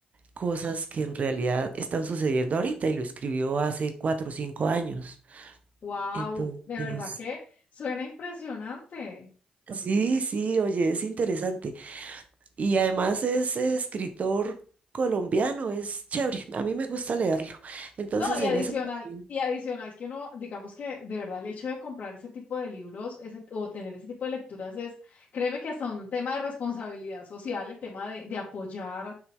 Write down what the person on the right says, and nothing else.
cosas que en realidad están sucediendo ahorita? Y lo escribió hace cuatro o cinco años.
Entonces,
sí, sí, oye, es interesante. Y además es escritor colombiano, es chévere. A mí me gusta leerlo. Entonces,
en
eso también,